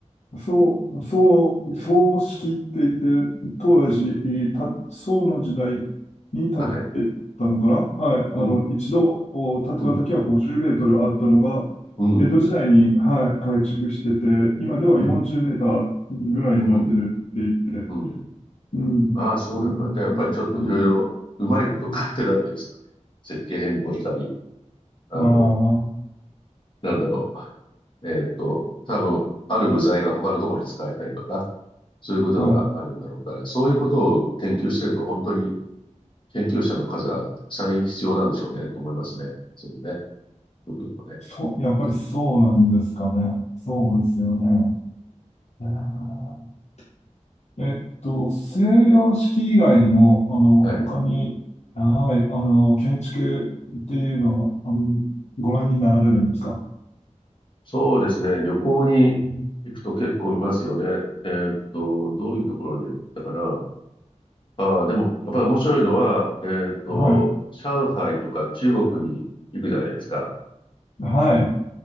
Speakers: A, on the left; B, on the left.
A: そう、そう、葬式って言って、当時、た、宋の時代に建て
B: はい。
A: たのかなはい。あの、
B: うん、
A: 一度お建てた時は50メートルあったのが、
B: うん、うん、
A: 江戸時代に、はい、改築してて、今では40メーターぐらいになってるって言って、
B: うん、うん、うん。
A: うん、
B: ああ、そうなんだ。
A: そういう話聞いたことあります。
B: じゃあやっぱりちょっといろいろうまいことを書いてるわけですよね。
A: うん
B: 設計変更したり、あの、
A: ああ、
B: なんだろう。えーっと、多分、ある部材が他のところに使えたりとか、そういうことがあるんだろうから、
A: はい。
B: そういうことを研究してると本当に研究者の数はたくさん必要なんでしょうね、と思いますね。そういうね、部分をね、
A: そう、
B: 見ていく
A: やっぱりそうなんですかね。そうですよね。あーえっと、西洋式以外にも、あの、
B: と。はい。
A: 他に、はい、あの、建築っていうのは、あの、ご覧になられるんですか
B: そうですね、旅行に行くと結構見ますよね。
A: うん
B: えーっと、どういうところに行ったかな。ああ、でも、やっぱり面白いのは、えーっと、
A: はい、
B: 上海とか中国に行くじゃないですか。
A: はい。